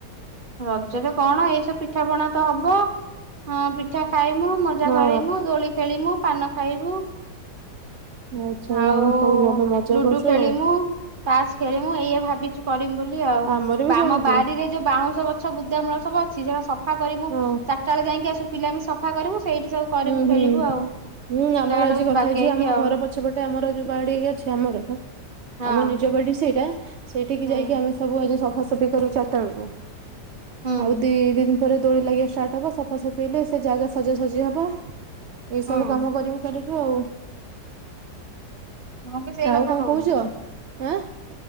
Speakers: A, on the right; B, on the right.
A: ରଜରେ କଣ ଏଇସବୁ ପିଠାପଣା ତ ହବ ଅ ପିଠା ଖାଇମୁ ମଜା
B: ହଁ
A: କରିମୁ ଦୋଳି ଖେଳିମୁ। ପାନ ଖାଇବୁ।
B: ଆଚ୍ଛା
A: ଆଉ
B: ତମେ ସବୁ ଭଲ ମଜା
A: ଲୁଡୁ
B: କରୁଛ
A: ଖେଳିମୁ
B: ଆଉ
A: ତାସ୍ ଖେଳିମୁ ଏଇଆ ଭାବିଚୁ କରିମୁ ବୋଲି ଆଉ
B: ଆମର ବି
A: ଆମ
B: ସେମିତି
A: ବାରିରେ ଯୋଉ ବାଉଁଶ ଗଛ ବୁଦା ମୂଳ ସବୁ ଅଛି <unintelligible> ସଫା କରି ମୁଁ
B: ହଁ
A: ଚାରିଟା ବେଳେ ଯେ ଯାଇକି ଆସ ପିଲା ସଫା କରିବୁ। ସେଇଠି ସବୁ କରିବୁ
B: ହୁଁ
A: ଖେଳିବୁ
B: ହୁଁ
A: ଆଉ
B: ହୁଁ ଆମର
A: ଜାଗା ଟାକୁ
B: ଆଜି କଥା
A: ବାଗେଇକି
B: ହେଇଚି ବା ଆମ
A: ଆଉ
B: ଘର ପଛପଟେ ଆମର ଯୋଉ ବାଡ଼ିକି ଅଛି ଆମର।
A: ହଁ
B: ଆମ ନିଜ ବାଡି ସେଇଟା। ସେଠିକି
A: ହୁଁ
B: ଯାଇକି ଆମେ ସବୁ ଆଜି ସପ୍ ଫସଲ ବି କରିବୁ ଚାଟାବେଳକୁ?
A: ହୁଁ
B: ହଉ ଦି ଦିନ ରେ ଦୋଳି ଲାଗିବା ଷ୍ଟାର୍ଟ ହବ ସଫା ସଫି ହେଲେ ସେ ଜାଗା ସଜାସଜି ହବ। ବା ଏଇ
A: ହୁଁ
B: ସବୁ କାମ କରିବୁ କାଲିଠୁ ହଉ।
A: ମୁଁ ବି ସେଇ
B: ଆଉ
A: କଥା
B: କଣ
A: କହୁଛି।
B: କହୁଚ ଆଁ?